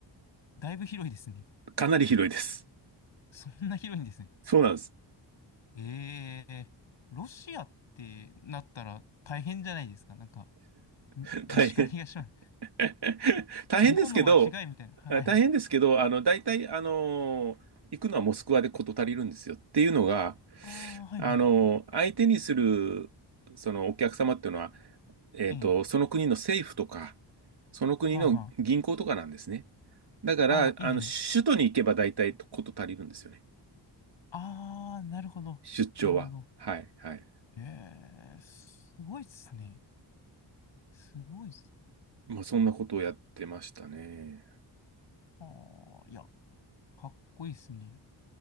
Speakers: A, on the left (about 75°); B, on the right (about 60°).
A: だいぶ広いですね。
B: かなり広いです。
A: そんな広いんですね。
B: そうなんです。
A: ええ。ロシアってなったら大変じゃないですか。なんか、に西から東まで。
B: <laughs> 大変。<laughs> 大変ですけど、
A: 日本の方が違いみたいな。はい。
B: あ大変ですけど、あの、大体、あの、行くのはモスクワで事足りるんですよ。っていうのが、
A: ああ、はいはい。
B: あの、相手にする、そのお客様っていうのは、えっと、
A: ええ。
B: その国の政府とか、その国の銀行とかなんですね。
A: はあは
B: だから、
A: あ。ああ、ええ。
B: あの、
A: ええ
B: 首都に行けば大体こと足りるんですよね。
A: ああ、なるほど。
B: 出張は。
A: なるほど。
B: はい、はい。
A: ええ、すごいっすね。すごいっす。
B: まあ、そんなことをやってましたね。
A: ああ、いや、かっこいいっすね。